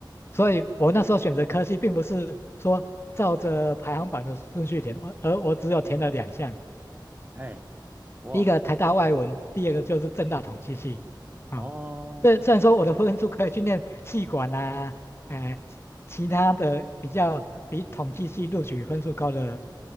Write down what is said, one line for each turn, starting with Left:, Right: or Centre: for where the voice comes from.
Left: 所以我那时候选择科系，并不是说照着排行榜的顺序填，我而我只有填了两项，
Right: 嘿，哇，
Left: 第一个台大外文，第二个就是政大统计系。啊，
Right: 哦，
Left: 虽虽然说我的分数可以去念气管啊，哎、其他的比较比统计系录取分数高的